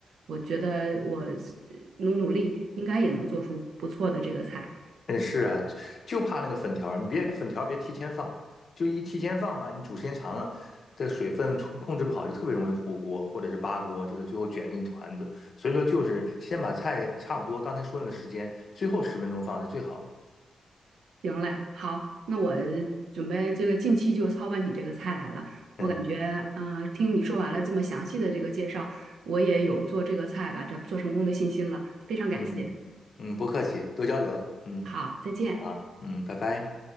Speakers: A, on the right (about 80°); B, on the left (about 60°).
A: 我觉得我呃努努力，应该也能做出不错的这个菜。
B: 哎，是啊，就就怕那个粉条儿，你别粉条儿别提前放，就一提前放吧，你煮时间长了，这水分控控制不好，就特别容易糊锅或者是扒锅，就是最后卷成一团子。所以说，就是先把菜差不多刚才说那个时间，最后十分钟放是最好的。
A: 行嘞，好，那我准备这个近期就操办起这个菜来了。我感觉，
B: <laughs>
A: 呃，听你说完了这么详细的这个介绍，我也有做这个菜把这做成功的信心了，非常感谢。
B: 嗯嗯，不客气，多交流。嗯，
A: 好，再见。
B: 好，嗯，拜拜。